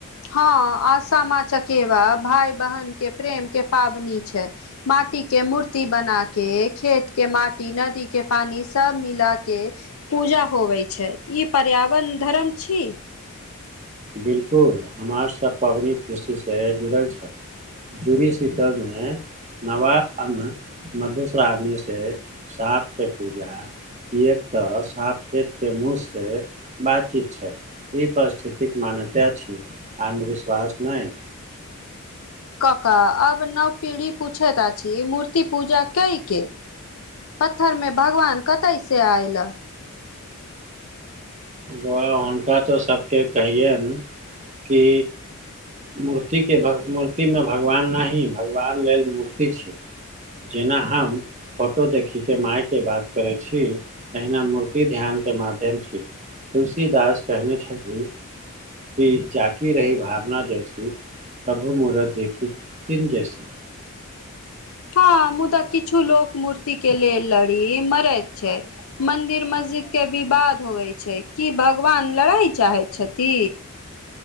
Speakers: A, on the left; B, on the right.
A: हँ आ सामा-चकेवा भाय-बहन के प्रेम के पाबनि छै। माटी के मूर्ति बना के खेत के माटी नदी के पानी सब मिला के पूजा होबै छै ई पर्यावरण धरम छी
B: बिल्कुल हमार सब पबनी कृषिसँ जुड़ल छथि जूड़ी सीतल नै, नबा अन्न मधुश्रावणी से साँपके पूजा, कि एक त साप खेत के मुँह से बातचीत छै ई प्ररस्थि, तित नामे केद छी अन्धविश्वास नय।
A: कका अब नव पीढ़ी पूछैत आ छी मूर्ति पूजा कइ के, पत्थर में भगवान कतेए स आइल।
B: बौआ हुनका त सबके कहियैन कि, मूर्तिके भग मूर्तिमे भगवान नहि भगवान लेल मूर्ति छी। जेना हम, फोटो देखी के माईके बात करै छी तहिना मूर्ति ध्यान के माध्यम छी, तुलसीदास कहने छथिन कि जाकी रही भात, अपना जैसी तभु मरत देखखि किनी जैसी,
A: हाँ मुदा किछु लोक मूर्ति के लेल लड़ी मरैत छैए। मन्दिर मस्जिद के बिबाद होवेय छैय की भगवान लड़ाई चाहैत छथि।